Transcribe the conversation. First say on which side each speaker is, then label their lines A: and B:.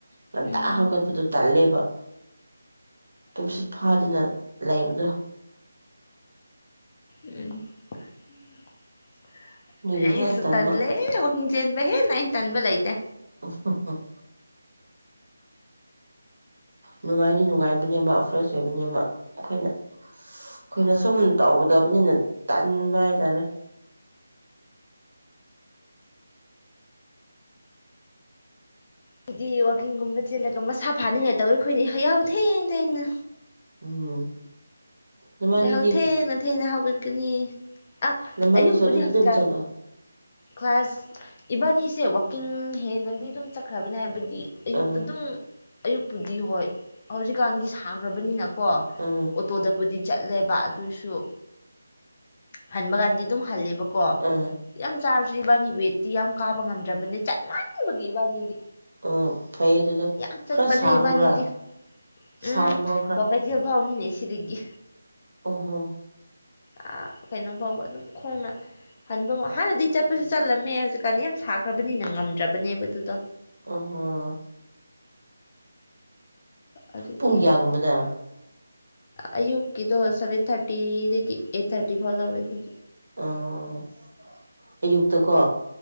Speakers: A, on the right; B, on the left.
A: ꯉꯟꯇꯥ
B: ꯎꯝ
A: ꯍꯧꯒꯠꯄꯗꯨ ꯇꯜꯂꯦꯕ ꯇꯨꯝꯁꯤꯠ ꯐꯥꯗꯅ ꯂꯩꯕꯗꯣ
B: ꯎ <unintelligible>
A: ꯑꯗꯨꯒꯤ
B: ꯑꯩꯁꯨ
A: ꯍꯦꯛ ꯇꯟꯕ
B: ꯇꯟꯂꯦ ꯋꯥꯛꯀꯤꯡ ꯆꯦꯟ ꯍꯦ ꯅ ꯏꯟ ꯇꯟꯕꯂꯥꯏꯇ
A: ꯎ <unintelligible> ꯅꯨꯡꯉꯥꯏꯅꯤ ꯅꯨꯡꯉꯥꯏꯕꯅꯦꯕ ꯐ꯭ꯔꯦꯁ ꯑꯣꯏꯕꯅꯦꯕ ꯑꯩꯈꯣꯏꯅ ꯑꯩꯈꯣꯏꯅ ꯁꯨꯝ ꯇꯧꯒꯗꯕꯅꯤꯅ ꯇꯟꯕ ꯍꯥꯏꯇꯥꯔꯦ
B: ꯍꯥꯏꯗꯤ ꯋꯥꯛꯀꯤꯡꯒꯨꯝꯕ ꯆꯦꯜꯂꯒ ꯃꯁꯥ ꯐꯥꯅꯤꯡꯉꯥꯏ ꯇꯧꯏ ꯑꯩꯈꯣꯏꯅ ꯍꯌꯥꯎ ꯊꯦꯡ ꯊꯦꯡꯅ
A: ꯎꯝ ꯅꯕꯥꯅꯤꯗꯤ
B: ꯌꯥ ꯊꯦ ꯅꯊꯦ ꯌꯥꯍ ꯀ ꯅꯤ ꯑ
A: ꯅꯕꯥꯅꯤꯁꯨ
B: ꯑꯌꯨꯛꯄꯨꯗꯤ
A: ꯑꯗꯨꯗ
B: ꯍꯧꯖꯤꯛꯀꯥꯟ
A: ꯑꯗꯨꯝ ꯆꯠꯂꯣ
B: ꯀ꯭ꯂꯥꯁ ꯏꯕꯥꯟꯅꯤꯁꯦ ꯍꯦꯟꯅꯗꯤ ꯑꯗꯨꯝ ꯆꯠꯈ꯭ꯔꯕꯅꯦ ꯍꯥꯏꯕ
A: ꯎꯝ
B: ꯌ ꯑꯗꯨꯝ ꯑꯌꯨꯛꯄꯨꯗꯤ ꯍꯣꯏ ꯍꯧꯖꯤꯛꯀꯥꯟꯗꯤ ꯁꯥꯈ꯭ꯔꯕꯅꯤꯅ ꯀ
A: ꯎꯝ
B: ꯕꯨꯗꯤ ꯆꯠꯂꯦꯕ ꯑꯗꯨꯁꯨ ꯍꯟꯕ ꯀꯥꯟꯗꯤ ꯑꯗꯨꯝ ꯍꯜꯂꯦꯕ ꯀꯣ
A: ꯎꯝ
B: ꯌꯥꯝ ꯆꯥꯁꯤꯕꯥꯅꯤꯕꯦꯇꯤ ꯌꯥꯝ ꯀꯥꯕ ꯉꯝꯗ꯭ꯔꯕꯅꯦ ꯆꯠ ꯃꯥꯟꯅꯕꯒꯤ ꯏꯕꯥꯅꯤꯗꯤ
A: ꯎꯝ ꯐꯩꯌꯦ ꯑꯗꯨꯗꯣ
B: ꯌꯥꯝ ꯆꯠꯄꯅꯦ
A: ꯈꯔ ꯁꯥꯡꯕ꯭ꯔꯥ
B: ꯏꯕꯥꯅꯤꯗꯤ ꯎꯝ
A: ꯁꯥꯡꯕ꯭ꯔꯣ
B: ꯀꯣ ꯀꯩꯊꯦꯜ ꯐꯥꯎꯅꯤꯅꯦ ꯁꯤꯔꯤꯗꯒꯤ
A: ꯑꯍꯣ
B: ꯑ ꯀꯩꯅꯣ ꯐꯥꯎꯕ ꯑꯗꯨꯝ ꯈꯣꯡꯅ ꯍꯟꯕ ꯍꯥꯟꯅꯗꯤ ꯆꯠꯄꯁꯨ ꯆꯠꯂꯝꯃꯦ ꯍꯧꯖꯤꯛꯀꯥꯟꯗꯤ ꯌꯥꯝ ꯁꯥꯈ꯭ꯔꯕꯅꯤꯅ ꯉꯝꯗ꯭ꯔꯕꯅꯦꯕ ꯑꯗꯨꯗꯣ
A: ꯑꯣ
B: ꯑꯗꯨꯗꯤ
A: ꯄꯨꯡ ꯀꯌꯥꯒꯨꯝꯕꯗ
B: ꯑꯌꯨꯛꯀꯤꯗꯣ ꯁꯚꯦꯟ ꯊꯥꯔꯇꯤꯗꯒꯤ ꯑꯩꯠ ꯊꯥꯔꯇꯤ ꯐꯥꯎ ꯂꯧꯋꯦ ꯑꯩꯈꯣꯏꯒꯤ
A: ꯑꯣ ꯑꯌꯨꯛꯇꯀꯣ